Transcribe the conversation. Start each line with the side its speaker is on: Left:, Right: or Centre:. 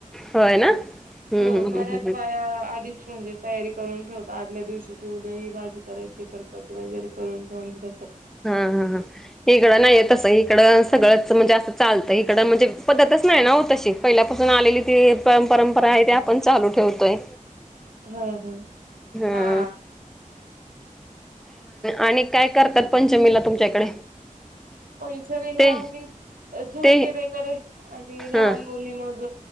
Centre: होय ना हम्म
Right: हो
Centre: हम्म
Right: बऱ्याच
Centre: हम्म हम्म
Right: बाया आधी. तयारी करून ठेवतात आदल्या दिवशी की उद्या ही भाजी करायची तर कट वगैरे करून ठेवण तसं.
Centre: हा हा हा इकडं नाहीय तस इकडं सगळंच म्हणजे असं चालतं इकड म्हणजे पद्धतच. नाही ना हो तशी पहिल्यापासून आलेली ती परंपरा आहे ते आपण चालू ठेवतोय.
Right: हा हा
Centre: हम्म
Right: हा.
Centre: आणि काय करतात पंचमीला तुमच्याकडे.
Right: पंचमीला
Centre: ते
Right: आणि झोके
Centre: ते
Right: वगैरे आणि
Centre: हा
Right: लहान मुली मग.